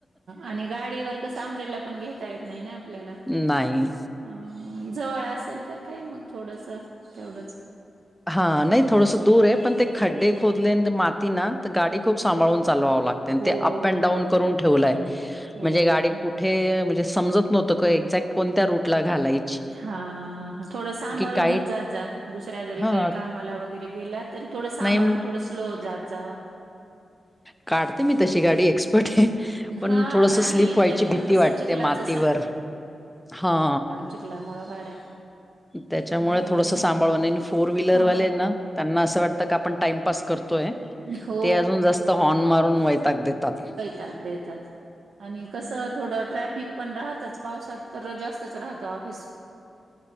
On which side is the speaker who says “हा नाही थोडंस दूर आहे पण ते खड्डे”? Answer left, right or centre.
Centre